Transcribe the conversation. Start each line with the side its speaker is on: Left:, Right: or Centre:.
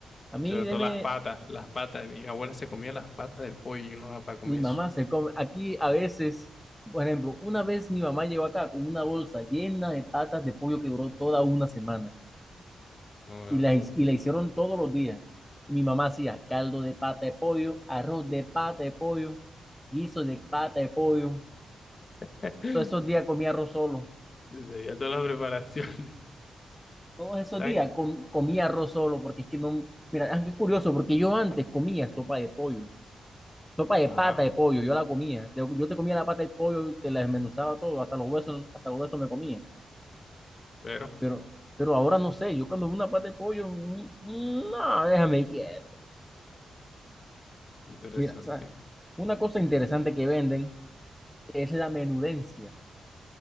Centre: A mí,
Left: Y sobre
Centre: deme,
Left: todo las patas, las patas. Mi abuela se comía las patas del pollo y yo no da para comer
Centre: mi mamá
Left: eso.
Centre: se come. Aquí a veces, por ejemplo, una vez mi mamá llegó acá con una bolsa llena de patas de pollo que duró toda una semana
Left: No me
Centre: y
Left: la
Centre: la,
Left: puedo
Centre: hi-
Left: creer.
Centre: y la hicieron todos los días. Y mi mamá hacía caldo de pata de pollo, arroz de pata de pollo, guiso de pata de pollo.
Left: <laughs>
Centre: Todos esos días comía arroz solo.
Left: Debía todas las preparaciones.
Centre: todos esos
Left: <laughs> ¿Sabes?
Centre: días com- comía arroz solo, porque es que no, mira, ah, qué curioso, porque yo antes comía sopa de pollo, sopa de
Left: Ajá,
Centre: pata de pollo, yo la comía, yo, yo te comía la pata de pollo, y te la desmenuzaba todo, hasta los huesos, hasta los huesos me comía,
Left: pero
Centre: pero, pero ahora no sé, yo cuando veo una pata de pollo, mm, mm, no, déjame quieto.
Left: interesante.
Centre: Mira, ¿sabes? Una cosa interesante que venden es la menudencia.